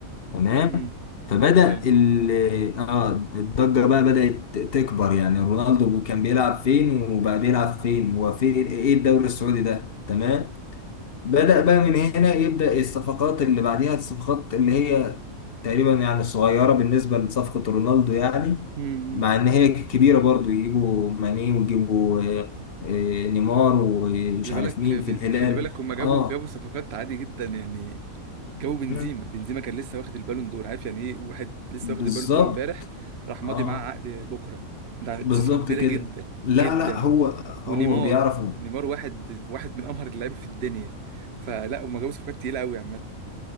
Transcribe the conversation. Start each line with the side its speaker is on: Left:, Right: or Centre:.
Left: تمام
Right: امم
Left: فبدأ
Right: حلو
Left: ال اه الضجة بقى بدأت تكبر يعني رونالدو كان بيلعب فين وبقى بيلعب فين هو فين ايه الدوري السعودي ده تمام بدأ بقى من هنا يبدأ الصفقات اللي بعديها الصفقات اللي هي تقريبا يعني صغيرة بالنسبة لصفقة رونالدو يعني
Right: امم
Left: مع إن هي كبيرة برضو يجيبوا ماني ويجيبوا آه، آه، نيمار ومش
Right: خلي
Left: عارف
Right: بالك
Left: مين
Right: ب-
Left: في الهلال
Right: خلي بالك هما جابوا
Left: اه
Right: جابوا صفقات عادي جدا يعني جابوا بنزيما
Left: مم،
Right: بنزيما كان لسه واخد البالون دور عارف يعني ايه واحد لسه
Left: بالظبط
Right: واخد البالون دور امبارح راح ماضي
Left: اه
Right: معاه عقد بكره ده
Left: بالظبط
Right: دي صفقه كبيره
Left: كده
Right: جدا
Left: لا
Right: جدا
Left: لا هو هو
Right: ونيمار
Left: بيعرف
Right: نيمار واحد واحد من امهر اللعيبه في الدنيا فلا هما جابوا صفقات تقيله قوي عامه